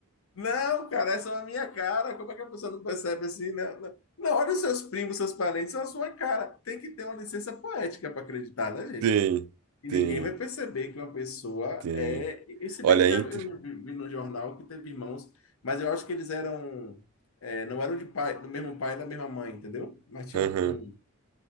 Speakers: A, on the left; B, on the right.
A: Não, cara, essa é a minha cara. Como é que a pessoa não percebe assim? Não, não. Não, olha os seus primos, seus parentes, são a sua cara. Tem que ter uma licença poética para acreditar, né,
B: Tem,
A: gente? E
B: tem,
A: ninguém vai perceber que uma pessoa
B: tem.
A: é. E se
B: Olha,
A: bem que eu
B: entre.
A: vi no jornal que teve irmãos, mas eu acho que eles eram. é, não eram de pai, do mesmo pai e da mesma mãe, entendeu? Mas tinha
B: Aham.
A: um, um